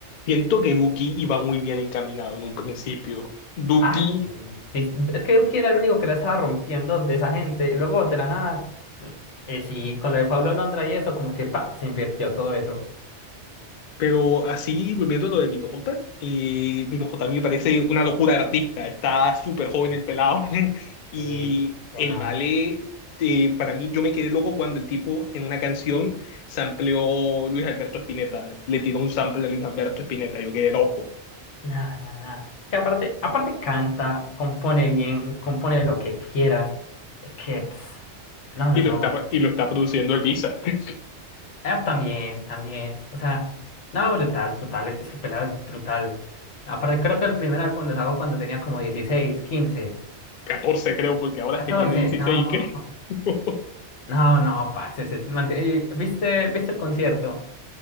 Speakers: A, on the left; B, on the left.
A: Siento que Duki iba muy bien encaminado en un principio. Duki,
B: Ah, sí. sí, Es que Duki era el único que la estaba rompiendo de esa gente. y Luego, de la nada, mm, eh, sí, con lo de Pablo Londra y eso, como que pa, se invirtió todo eso.
A: pero así, volviendo a lo de Minojota, eh, Minojota a mí me parece una locura de artista. Está súper joven
B: Sí.
A: el pelado. <laughs> Y
B: Y, uy, que
A: el
B: no,
A: vale, eh, para mí, yo me quedé loco cuando el tipo en una canción sampleó Luis Alberto Spinetta. Le tiró un sample de Luis Alberto Spinetta. Yo quedé loco.
B: nada, nada, nada. Es que aparte, aparte canta, compone bien, compone lo que quiera. Es que, ps, no,
A: Y
B: no, no.
A: lo está, y lo está produciendo Elvisa. <laughs>
B: Ah, también, también. O sea, no, brutal, brutal. Ese pelado es brutal. Aparte, creo que el primer álbum lo sacó cuando tenía como dieciséis quince
A: 14 creo, porque ahora
B: catorce
A: es que tiene 16,
B: No,
A: creo. <laughs>
B: no, no, parce. ese man eh, ¿Viste, viste el concierto?